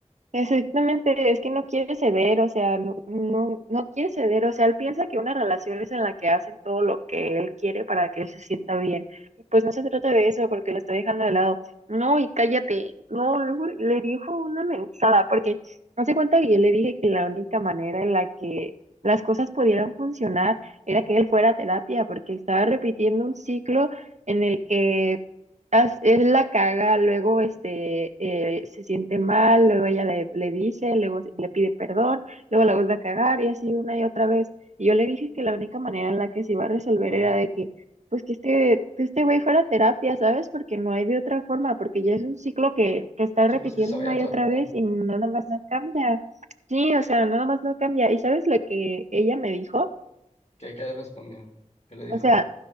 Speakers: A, on the right (about 65°); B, on the left (about 55°).
A: Exactamente, es que no quiere ceder, o sea, no, no, no quiere ceder, o sea, él piensa que una relación es en la que hacen todo lo que él quiere para que él se sienta bien. Y pues no se trata de eso, porque lo está dejando de lado. No, y cállate, no, luego le dijo una mensada, porque no se cuenta que yo le dije que la única manera en la que las cosas pudieran funcionar era que él fuera a terapia, porque estaba repitiendo un ciclo en el que as- él la caga, luego este, eh, se siente mal, luego ella le, le dice, luego se- le pide perdón, luego la vuelve a cagar y así una y otra vez. Y yo le dije que la única manera en la que se iba a resolver
B: Ajá.
A: era de que, pues que este, que este güey fuera a terapia, ¿sabes? Porque no hay de otra forma, porque ya es un ciclo que, que está
B: Sí,
A: repitiendo
B: pues que se vaya
A: una
B: a tratar,
A: y otra vez y no, nada más no cambia. Sí, o sea, nada más no cambia. ¿Y sabes lo que ella me dijo?
B: que quede respondido, ¿qué le dijo?
A: O sea,